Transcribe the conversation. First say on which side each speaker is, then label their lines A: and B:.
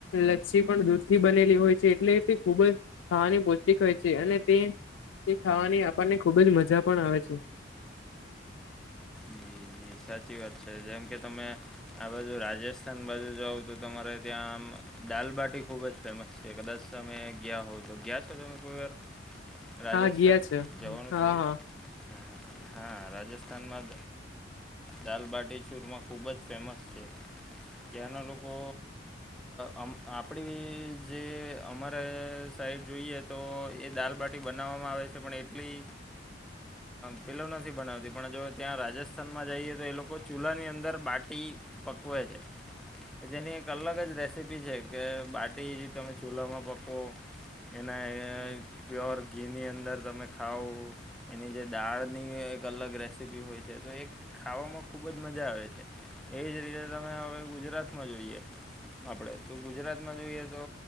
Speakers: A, on the left (about 80°); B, in the centre.
A: લચ્છી પણ દૂધથી બનેલી હોય છે, એટલે તે ખુબ જ ખાવાની પૌષ્ટિક હોય છે, અને તે તે ખાવાની આપણને ખુબ જ મજા પણ આવે છે.
B: જી, જી સાચી વાત છે, જેમ કે તમે આ બાજુ રાજસ્થાન બાજુ જાવ તો તમારે ત્યાં આમ દાલબાટી ખુબ જ ફેમસ છે, કદાચ તમે ગયા હોય તો ગયા છો તમે કોઈ વાર
A: <inaudible>
B: રાજસ્થાન
A: હા ગયા છે
B: જવાનું
A: હા
B: થયું
A: હા
B: હા રાજસ્થાનમાં દાલબાટી ચૂરમાં ખૂબ જ ફેમસ છે. ત્યાંના લોકો અ આપણી જે અમારે સાઈડ જોઈએ તો એ દાલબાટી બનાવવામાં આવે છે, પણ એટલી પિલવ નથી બનાવતી પણ જો ત્યાં રાજસ માં જઈએ તો એ લોકો ચૂલાની અંદર બાટી પકવે છે. કે જેની એક અલગજ રેસીપી છે કે બાટી તમે ચૂલામાં પકોવો એના પ્યોર ઘીની અંદર તમે ખાવ. એની જે દાળની એક અલગ રેસીપી હોય છે તો એક ખાવામાં ખૂબજ મજા આવે છે એજ રીતે તમે હવે ગુજરાતમાં જોઈએ આપણે તો ગુજરાતમાં જોઈએ તો